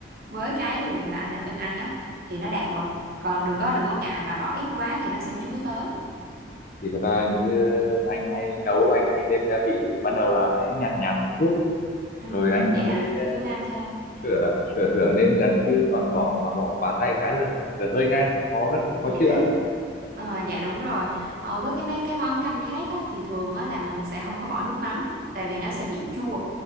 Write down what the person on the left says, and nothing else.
thì thật ra anh cứ anh hay nấu anh hay nêm gia vị ban đầu là sẽ nhạt nhạt một chút
rồi anh mới
ờ,
sửa sửa sửa nêm dần chứ còn bỏ mà bỏ quá tay cái là dở hơi ngay khó rất là khó
chữa